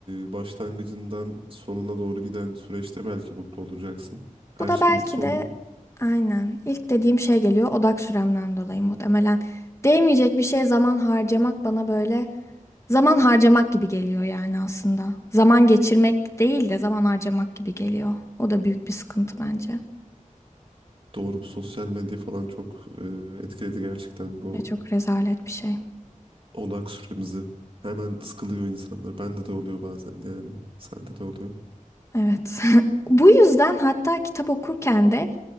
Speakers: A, on the right; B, on the left.
A: e, başlangıcından sonuna doğru giden süreçte belki mutlu olacaksın. Her
B: Bu da
A: şeyin
B: belki
A: sonu
B: de aynen ilk dediğim şey geliyor odak süremden dolayı muhtemelen. Değmeyecek bir şeye zaman harcamak bana böyle zaman harcamak gibi geliyor yani aslında. Zaman geçirmek değil de zaman harcamak gibi geliyor. O da büyük bir sıkıntı bence.
A: Doğru bu sosyal medya falan çok e, etkiledi gerçekten bu
B: E, çok rezalet bir şey.
A: odak süremizi. Hemen sıkılıyor insanlar. Bende de oluyor bazen yani. Sende de oluyor.
B: Evet. <laughs> Bu yüzden hatta kitap okurken de